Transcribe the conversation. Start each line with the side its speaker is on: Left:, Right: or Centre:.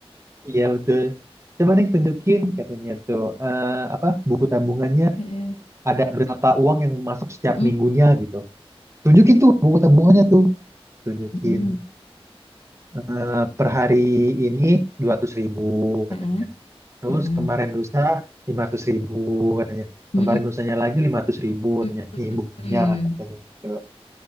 Right: iya betul. Coba deh tunjukin katanya tuh eh, apa buku tabungannya
Left: Mm-mm.
Right: ada berapa uang yang masuk setiap
Left: Mm-mm.
Right: minggunya gitu. Tunjukin tuh buku tabungannya tuh. Tunjukin
Left: Mm-mm.
Right: eh, per hari ini dua ratus ribu
Left: Heeh,
Right: katanya. Terus
Left: heeh.
Right: kemarin lusa 500 ribu katanya. Kemarin
Left: Mm-mm.
Right: lusanya lagi 500 ribu katanya.
Left: Mm-mm.
Right: Nih buktinya katanya. gitu.